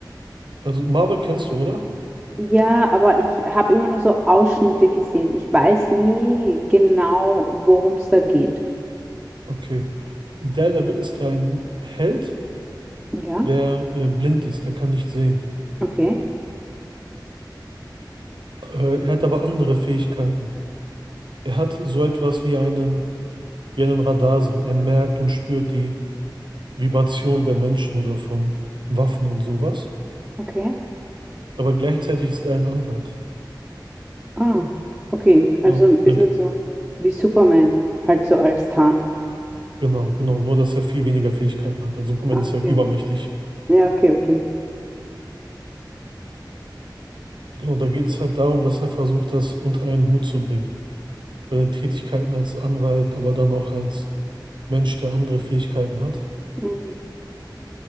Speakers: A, on the right; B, in the centre.
A: Also Marvel kennst du, oder?
B: Ja, aber ich habe immer nur so Ausschnitte gesehen. Ich weiß nie genau, worum es da geht.
A: Okay. Daredevil ist ein Held
B: Ja,
A: der äh, blind ist, er kann nicht sehen.
B: okay,
A: Äh, er hat aber andere Fähigkeiten. Er hat so etwas wie einen, wie einen Radarsinn. Er merkt und spürt die Vibration der Menschen oder von Waffen und sowas.
B: okay.
A: Aber gleichzeitig ist er ein Anwalt.
B: Ah, okay. Also
A: Ne,
B: ein bisschen
A: da, ge-
B: so wie Superman, halt so als Tarnung.
A: genau, genau. Nur, dass er viel weniger Fähigkeiten hat. Also Superman
B: Ah,
A: ist
B: okay,
A: ja übermächtig.
B: okay. Ja, okay, okay.
A: Genau, da geht es halt darum, dass er versucht, das unter einen Hut zu bringen. Seine Tätigkeiten als Anwalt, aber dann auch als Mensch, der andere Fähigkeiten hat.
B: Mm,